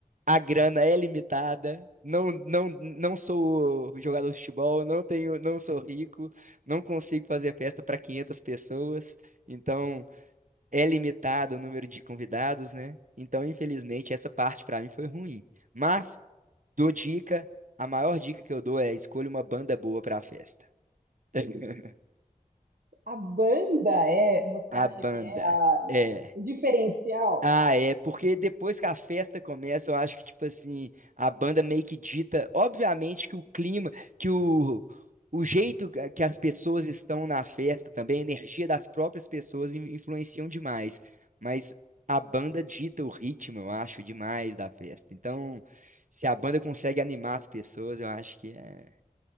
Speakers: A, on the right (about 60°); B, on the right (about 80°).
A: a grana é limitada. Não, não, não sou jogador de futebol, não tenho, não sou rico, não consigo fazer festa para 500 pessoas, então é limitado o número de convidados, né? Então, infelizmente, essa parte pra mim foi ruim. Mas Dou dica. A maior dica que eu dou é escolha uma banda boa pra festa. <laughs>
B: A banda é, você
A: A
B: acha
A: banda
B: que é a,
A: é.
B: o diferencial?
A: Ah, é, porque depois que a festa começa, eu acho que, tipo assim, a banda meio que dita, obviamente, que o clima, que o, o jeito que que as pessoas estão na festa também, a energia das próprias pessoas in- influenciam demais. Mas a banda dita o ritmo, eu acho, demais da festa. Então, se a banda consegue animar as pessoas, eu acho que é.